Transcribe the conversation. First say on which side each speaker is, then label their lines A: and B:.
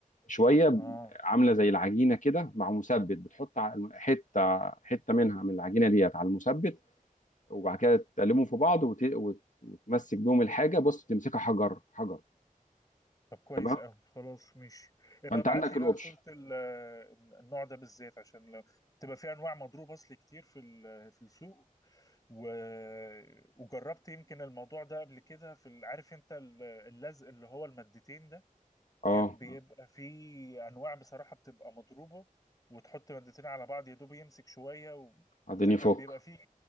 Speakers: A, on the left; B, on the left.
A: شويه
B: اه
A: عامله زي العجينه كده مع مثبت بتحط ع- حته حته منها من العجينه ديت على المثبت وبعد كده تقلبهم في بعض وت... وت... وتمسك بيهم الحاجه بص تمسكها حجر حجر
B: طب كويس
A: تمام
B: قوي خلاص ماشي يبقى
A: فانت
B: ابعت
A: عندك
B: لي
A: الاوبشن
B: بقى صورة ال- النوع ده بالذات عشان لو تبقى في انواع مضروب اصل كتير في ال- في السوق و... وجربت يمكن الموضوع ده قبل كده في ال- عارف انت ال- اللزق اللي هو المادتين ده
A: اه
B: كان بيبقى فيه انواع بصراحه بتبقى مضروبه وتحط مادتين على بعض يا دوب يمسك شويه و...
A: اديني
B: فكان
A: فك
B: بيبقى فيه